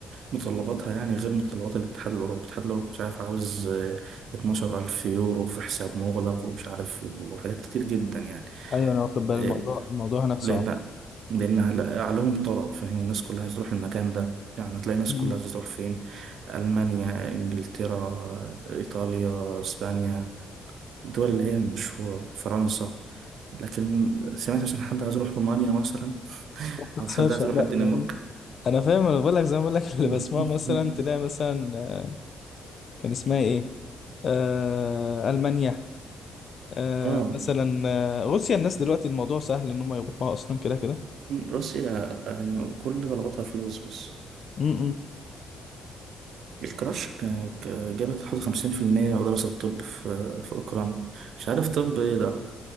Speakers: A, on the right; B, on the left.
A: متطلباتها يعني غير متطلبات الاتحاد الاوروبي الاتحاد الاوروبي مش عارف عاوز 12000 يورو في حساب مغلق ومش عارف وحاجات كتير جدا يعني
B: ايوه انا واخد بالي
A: إيه،
B: الموضوع الموضوع هناك صعب
A: لأن لأن على- عليهم طلب فاهم الناس كلها عايزة تروح المكان ده يعني هتلاقي الناس
B: م-
A: كلها
B: م.
A: عايزة تروح فين ألمانيا إنجلترا إيطاليا إسبانيا الدول اللي هي المشهورة فرنسا لكن سمعت عشان حد عايز يروح رومانيا مثلا
B: ما بتحصلش
A: أو حد عايز
B: لا
A: يروح الدنمارك
B: يعني انا فاهم انا بقول لك زي ما بقول لك <laughs> اللي
A: <laughs>
B: بسمعه مثلا تلاقي مثلا آه، كان اسمها ايه آه، المانيا آه
A: آه
B: مثلا آه، روسيا الناس دلوقتي الموضوع سهل ان هم يروحوها اصلا كده كده
A: روسيا يعني كل طلباتها فلوس بس
B: م- م.
A: الكراش ك- ك- جابت حوالي خمسين في المية ودراسة الطب في في أوكرانيا مش عارف طب إيه ده